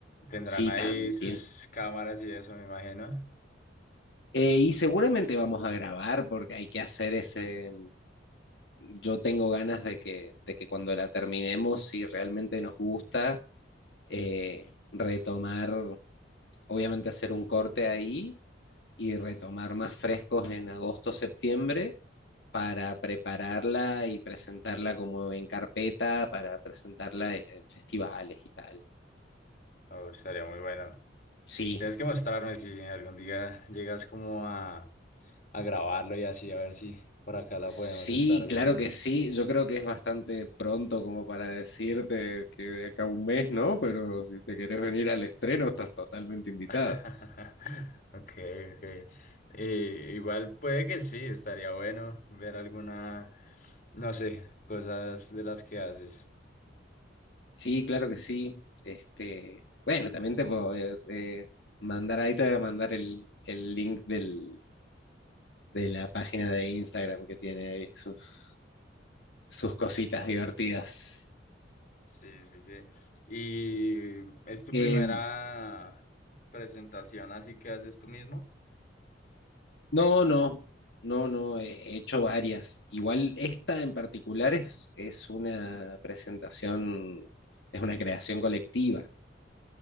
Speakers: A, on the left; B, on the left.
A: Tendrán
B: sí,
A: ahí
B: también.
A: sus cámaras y eso, me imagino.
B: Eh, y seguramente vamos a grabar porque hay que hacer ese... Yo tengo ganas de que, de que cuando la terminemos, si realmente nos gusta, eh, retomar, obviamente hacer un corte ahí y retomar más frescos en agosto, septiembre para prepararla y presentarla como en carpeta, para presentarla en festivales y tal.
A: Oh, estaría muy bueno.
B: Sí,
A: Tienes que mostrarme si algún día llegas como a, a grabarlo y así, a ver si por acá la
B: Sí,
A: podemos estar viendo.
B: claro que sí. Yo creo que es bastante pronto como para decirte que de acá a un mes, ¿no? Pero si te querés venir al estreno, estás totalmente invitada.
A: <laughs> Ok, ok. Y igual puede que sí, estaría bueno ver alguna, no sé, cosas de las que haces.
B: Sí, claro que sí. Este, bueno, también te puedo eh, eh, mandar ahí, te voy a mandar el, el link del, de la página de Instagram que tiene ahí sus, sus cositas divertidas.
A: Sí, sí, sí. ¿Y es tu
B: Em,
A: primera presentación, así que haces tú mismo?
B: No, no, no, no, he hecho varias. Igual esta en particular es, es una presentación, es una creación colectiva.